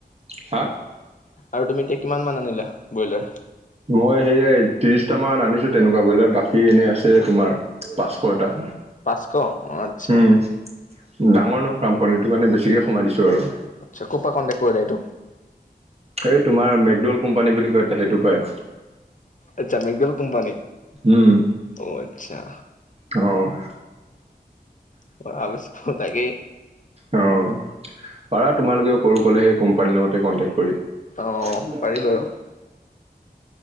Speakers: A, on the right; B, on the left.
A: হা?
B: আৰু তুমি এতিয়া কিমান মান আনিলা ব্ৰইলাৰ?
A: মই সেয়াই ত্ৰিশটা মান আনিছোঁ তেনেকুৱা ব্ৰইলাৰ, বাকী এনেই আছে তোমাৰ', পাঁচশ এটা',
B: পাঁচশ, অ', আচ্ছা',
A: উম ডাঙৰ ন ফাৰ্ম কণিটোৰ কাৰণে বেছিকৈ সোমাই দিছোঁ বাৰু',
B: আচ্ছা', কপা কণ্টেক্ট কৰিলা এইটো?
A: এই তোমাৰ মেকড'ল কোম্পানী বুলি কয় সেইটো পাই',
B: আচ্ছা মেকডল কোম্পানী
A: উম',
B: অ', আচ্ছা',
A: অ', -অহ',
B: মই ভাবিছিলোঁ তাকে',
A: অ', পাৰা তোমালোকে কৰো ক'লে সেই কোম্পানীৰ লগতে কণ্টেক্ট কৰি',
B: অ পাৰি বাৰু